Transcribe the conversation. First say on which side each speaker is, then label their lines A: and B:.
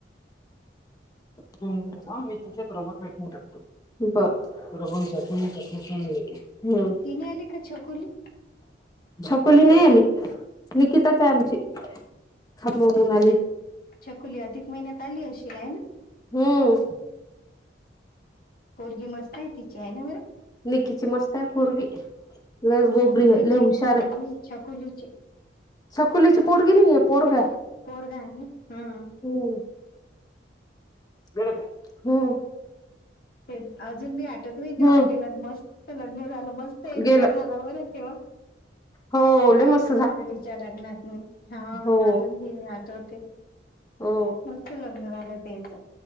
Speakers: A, on the left (about 20°); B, on the left (about 55°).
A: त ह मी तिच्यातरोबर पॅकिंग टकतो बर. तुला कोण <unintelligible> हम्म
B: ती नाही आली का छकुली?
A: छप कुली नाही आली निकिताच आहे आमची खा मोमून आली.
B: छकुली अधिक महिन्यात आली अशील हाय ना.
A: हम्म.
B: पोरगी मस्त आहे तिची आहे ना बरं.
A: निकिची मस्त आहे पोरगी. लयचं गोबरीये
B: निकीची
A: लय हुशारयं
B: आणि छकुलीची
A: छकुलीची पोरगी नाहीये. पोरग आहे
B: पोरगं हाय ना हम्म.
A: हम्म गेल का? हम.
B: ते अजून मी आठत नाही त्या
A: हम्म
B: हॉटेलात मस्त लग्न झालं मस्त एन्जॉय
A: गेलं
B: झाला बरं त्यो.
A: हो लई मस
B: छकुलीच्या लग्नातनी हा
A: हो
B: अजून बी मी आठवते.
A: हो
B: मस्त लग्न झालं तेच